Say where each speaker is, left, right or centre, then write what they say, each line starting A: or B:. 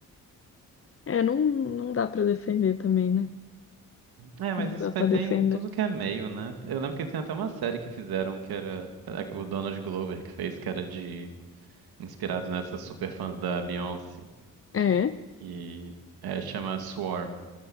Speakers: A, on the left (about 40°); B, on the right (about 85°).
A: é não, não dá pra defender também, né?
B: É, mas
A: Não
B: isso
A: dá pra
B: vai ter
A: defender.
B: em tudo que é meio, né? Eu lembro que tinha até uma série que fizeram que era, era o Donald Glover que fez, que era de inspirado nessas superfãs da Beyoncé.
A: É?
B: E é, chama Swarm.